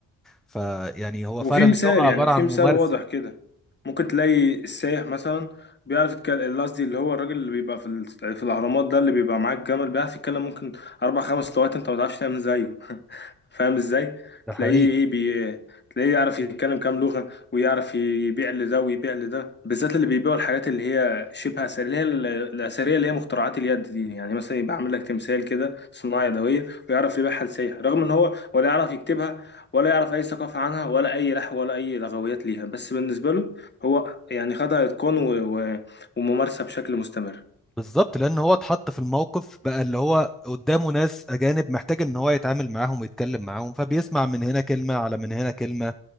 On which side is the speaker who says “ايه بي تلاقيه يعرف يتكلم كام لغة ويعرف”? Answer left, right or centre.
Left